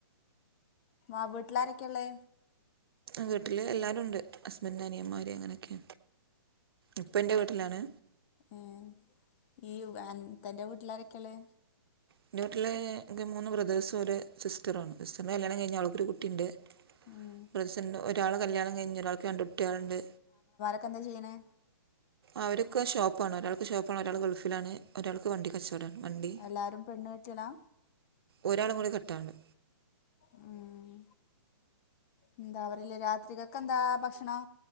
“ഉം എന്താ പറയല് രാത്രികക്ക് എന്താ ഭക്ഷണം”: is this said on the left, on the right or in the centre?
Left